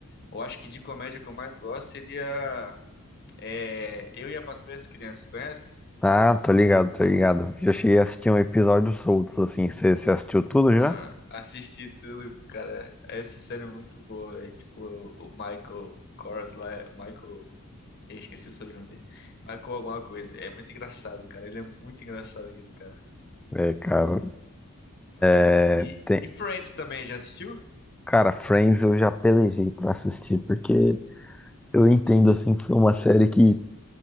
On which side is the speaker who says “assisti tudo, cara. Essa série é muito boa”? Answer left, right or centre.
Left